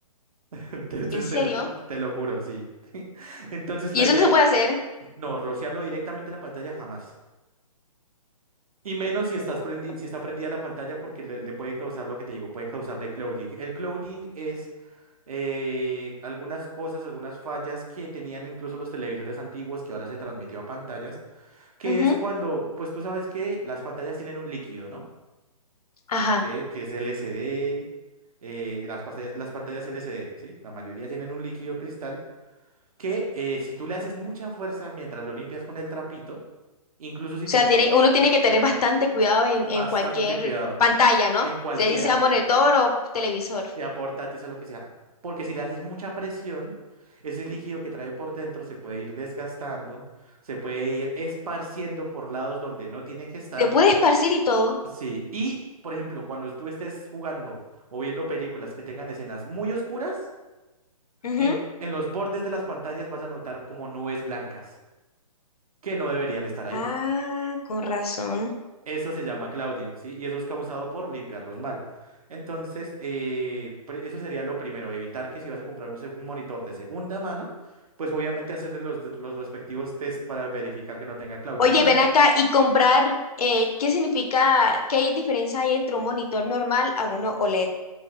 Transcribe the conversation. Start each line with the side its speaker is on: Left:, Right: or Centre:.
Right: <laughs> Entonces
Left: ¿En serio?
Right: te lo, te lo juro, sí. <laughs> Entonces
Left: ¿Y
Right: la
Left: eso
Right: idea,
Left: no se puede hacer?
Right: no, rociarlo directamente en la pantalla jamás. Y menos si estás
Left: Uy,
Right: prendi- si está prendida la pantalla porque le, le puede causar lo que te digo, puede causarle clouding. El clouding es eh, algunas cosas, algunas fallas que tenían incluso los televisores antiguos que ahora se transmitió a pantallas que
Left: no.
Right: es cuando, pues tú sabes que las pantallas tienen un líquido, ¿no?
Left: Ajá.
Right: Que, que es LCD, eh, las, pase- las pantallas LCD, ¿sí? La mayoría tienen un líquido cristal que eh, si tú le haces mucha fuerza mientras lo limpias con el trapito, incluso si
Left: O
Right: tú
Left: sea, tiene,
Right: pu-
Left: uno tiene que tener bastante cuidado en, en
Right: bastante
Left: cualquier
Right: cuidado
Left: pantalla, ¿no?
Right: en cualquiera,
Left: Si ahí sea monitor o televisor.
Right: sea portátil, sea lo que sea, porque si le haces mucha presión, ese líquido que trae por dentro se puede ir desgastando, se puede ir esparciendo por lados donde no tiene que estar
Left: Se puede esparcir y todo.
Right: Sí, y por ejemplo, cuando tú estés jugando o viendo películas que tengan escenas muy oscuras,
Left: Ujú.
Right: en, en los bordes de las pantallas vas a notar como nubes blancas que no deberían estar ahí.
Left: Ah, con razón.
Right: Eso se llama clouding, ¿sí? Y eso es causado por limpiarlos mal. Entonces, eh, pre- eso sería lo primero, evitar que si vas a comprar un, se- un monitor de segunda mano, pues obviamente hacerle los, de- los respectivos test para verificar que no tenga clouding,
Left: Oye,
Right: como
Left: ven acá y comprar, eh, ¿qué significa, qué diferencia hay entre un monitor normal a uno OLED?